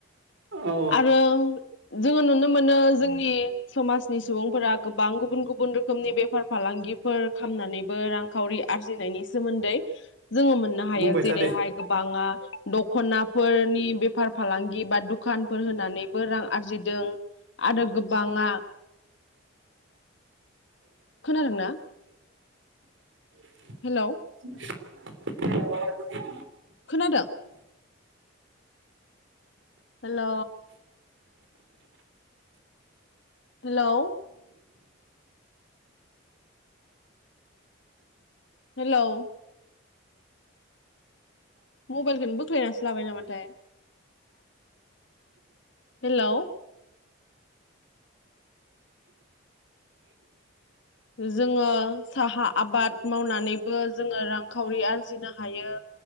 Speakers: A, on the right (about 60°); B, on the left (about 60°).
A: औ औ
B: आरो जोङो नुनो मोनो। जोंनि समाजनि सुबुंफोरा गोबां गुबुन गुबुन बन्द रोखोमनि बेफार फालांगिफोर खालामनानैबो रांखावरि आरजिनायनि सोमोन्दै जोङो मोननो हायो
A: बुंबाय
B: जेरैहाय
A: था दे
B: आङा दख'नाफोरनि बेफार फालांगि बा दखानफोर होनानैबो रां आरजिदों आरो गोबाङा खोनादोंना?
A: <unintelligible>
B: हेलौ
A: <unintelligible>
B: खोनादों? हेल' हेल' हेल' मबाइलखौनो बोख्लायनासो लाबाय नामाथाय, हेल' जोङो साहा आबाद मावनानैबो जोङो रांखावरि आरजिनो हायो